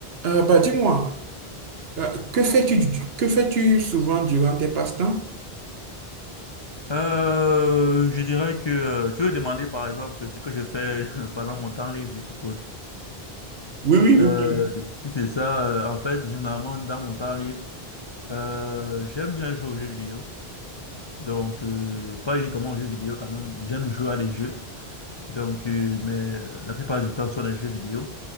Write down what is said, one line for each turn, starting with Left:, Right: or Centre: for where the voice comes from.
Right: Euh, bah, dis-moi, euh, que fais-tu, du- que fais-tu souvent durant tes passe-temps?
Left: Euh, je dirais que euh, tu veux demander par exemple ce que je fais <laughs> pendant mon temps libre, je suppose.
Right: Oui, oui,
Left: Euh,
Right: oui, oui. oui.
Left: si c'est ça, euh, en fait, généralement dans mon temps libre, euh, j'aime bien jouer aux jeux vidéo. Donc, euh, pas uniquement aux jeux vidéo quand même, j'aime jouer à des jeux. Donc, euh, mais euh, la plupart du temps, ce sont des jeux vidéo.